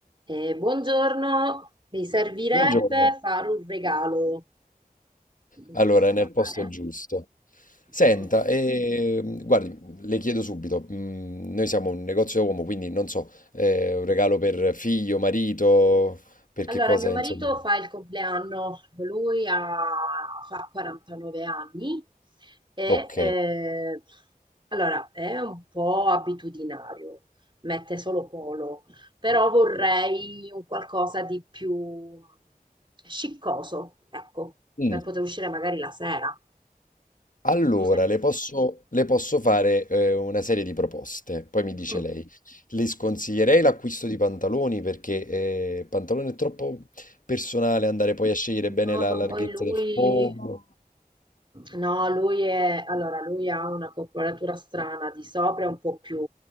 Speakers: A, on the right (about 30°); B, on the left (about 60°).
A: Eh, buongiorno, mi servirebbe
B: Buongiorno.
A: fare un regalo. Con
B: Allora,
A: chi posso
B: è nel
A: parlare?
B: posto giusto. Senta,
A: Mm.
B: ehm, guardi, le chiedo subito, mm, noi siamo un negozio da uomo, quindi non so, eh, un regalo per figlio, marito, per
A: Allora,
B: che cosa,
A: mio marito
B: insomma.
A: fa il compleanno, lui ha- fa 49 anni e
B: Ok.
A: eh, allora è un po' abitudinario, mette solo polo, però vorrei un qualcosa di più sciccoso, ecco,
B: Mm.
A: per poter uscire magari la sera.
B: Allora,
A: Cosa mi
B: le posso, le posso fare, eh, una serie di proposte, poi mi dice
A: Mm.
B: lei. Le sconsiglierei l'acquisto di pantaloni perché eh, il pantalone è troppo personale, andare poi a scegliere
A: No,
B: bene la
A: ma
B: larghezza
A: poi lui,
B: del fondo.
A: no, lui è, allora, lui ha una corporatura strana, di sopra è un po' più